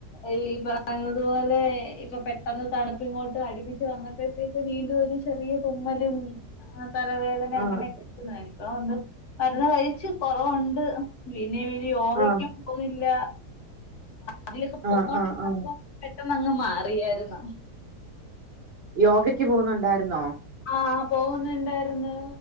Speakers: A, on the left; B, on the right.
A: ഈ പറഞ്ഞത് പോലെ ഇപ്പൊ പെട്ടെന്ന് തണപ്പ്ങ്ങോട്ട് അട്പ്പിച്ച് വന്നപ്പഴത്തേക്ക് വീണ്ടും ഒരു ചെറിയൊരു തുമ്മലും ആഹ് തലവേദന
B: ആഹ്
A: അങ്ങനെക്കെ <unintelligible> ഒന്ന് മര്ന്ന് കഴിച്ച്. കൊറവുണ്ട് പിന്നിം പിന്നിം <unintelligible>
B: ആഹ്
A: പോ <unintelligible> ല്ല അതിലൊക്കെ
B: ആഹ്
A: പൊക്കോണ്ടിര്ന്നപ്പോ
B: ആഹ് ആഹ്
A: പെട്ടന്ന് അങ്ങ് മാറിയായിരുന്ന്.
B: യോഗക്ക് പോുന്നുണ്ടായിരുന്നോ.
A: ആ പോകുന്നുണ്ടായിന്ന്